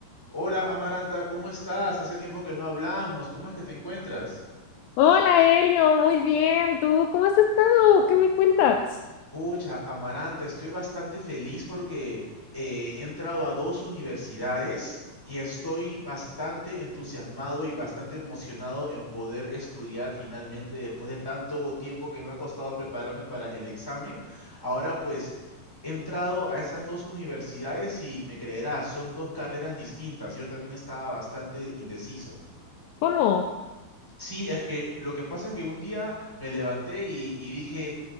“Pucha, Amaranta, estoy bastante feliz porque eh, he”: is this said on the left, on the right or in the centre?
Centre